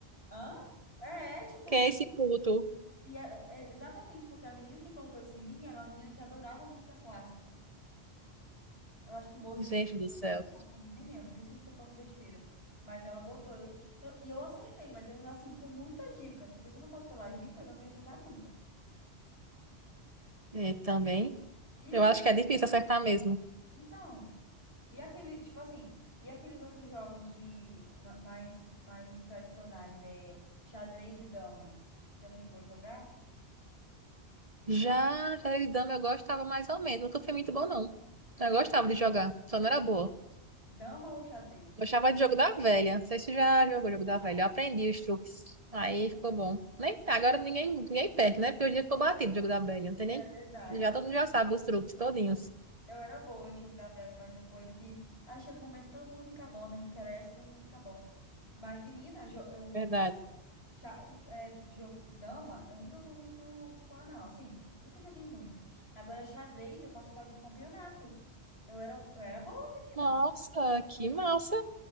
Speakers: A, on the left; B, on the right.
A: Hã? É, é, tipo.
B: Que é esse culto?
A: E era- é exatamente, porque a menina que colocou esse em mim era uma menina que adorava música clássica. Eu acho que Mozart
B: Gente do céu.
A: era clássico, né? nem lembro, nem sei se estou falando besteira. Mas ela botou. Eu, eu- e eu acertei, mas é assim, com muitas dicas, porque se não fosse pelas dicas, eu não ia acertar nunca.
B: É, também.
A: E
B: Eu acho que é difícil acertar mesmo.
A: então, e aquele, tipo assim, e aqueles outros jogos de ma- mais, mais tradicionais, é xadrez e dama? Você já chegou a jogar?
B: Já xadrez de dama eu gostava mais ou menos. Nunca fui muito bom, não. Eu gostava de jogar, só não era boa.
A: Dama ou xadrez?
B: Gostava de jogo da velha. Não sei se já jogou jogo
A: Dá,
B: da velha. Eu aprendi os truques. Aí ficou bom. Nem, agora ninguém, ninguém perde, né? Porque hoje em dia ficou batido o jogo da velha. Não tem
A: é
B: nem.
A: verdade.
B: Já todo mundo já sabe os truques todinhos.
A: Eu era boa no jogo da velha, mas depois que. Ah, chega um momento que todo mundo fica bom, né? Cresce, todo mundo fica bom. Mas, menina, jo- eu.
B: Verdade.
A: xa- é, jo- Dama, eu nunca fui muito fã, não. Assim, nunca joguei muito. Agora, xadrez, eu participava de campeonato. Eu era, eu era boa, menina.
B: Nossa, que massa.